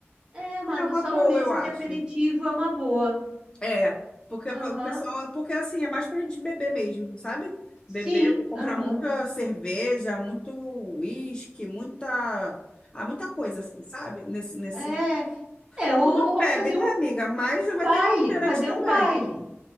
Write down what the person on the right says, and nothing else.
é, uma,
só
uma mesa
de aperitivo é uma boa.
Aham.
Sim,
aham.
É, é, é ou,
ou fazer
um
baile,
fazer
um baile.